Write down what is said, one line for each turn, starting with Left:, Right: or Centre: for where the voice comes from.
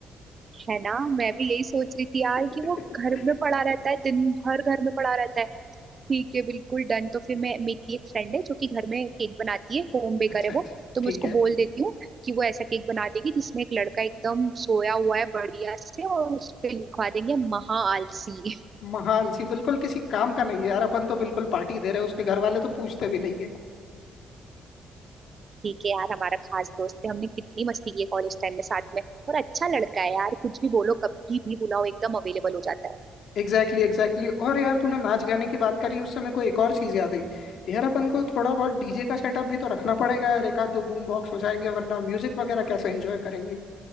Right: है ना मैं भी यही सोच रही थी यार
Left: <laughs>
Right: कि वो घर में पड़ा रहता है दिन भर घर में पड़ा रहता है ठीक है बिल्कुल डन तो फिर मैं मेरी एक फ्रेंड है जो कि घर में केक बनाती है होम बेकर
Left: अच्छा
Right: है
Left: अच्छा
Right: वो तो मैं
Left: ठीक
Right: उसको
Left: है
Right: बोल देती हूँ कि वो ऐसा केक बना देगी जिसमें एक लड़का एकदम सोया हुआ है बढ़िया से और उस पे लिखवा देंगे महा आलसी
Left: महाआलसी बिल्कुल किसी काम का नहीं है यार अपन तो बिल्कुल पार्टी दे रहे हैं उसके घर वाले तो पूछते भी नहीं
Right: ठीक है यार हमारा खास दोस्त है हमने कितनी मस्ती की है कॉलेज टाइम में साथ में और अच्छा लड़का है यार कुछ भी बोलो कभी भी बुलाओ एकदम अवेलेबल हो जाता है
Left: Exactly exactly और यार तूने नाच गाने की बात करी उससे मेरे को एक और चीज याद आई यार अपन को थोड़ा बहुत डीजे का सेटअप भी तो रखना पड़ेगा यार एक आध दो बूम बॉक्स हो जाएंगे वरना म्यूजिक वगैरह कैसे एंजॉय करेंगे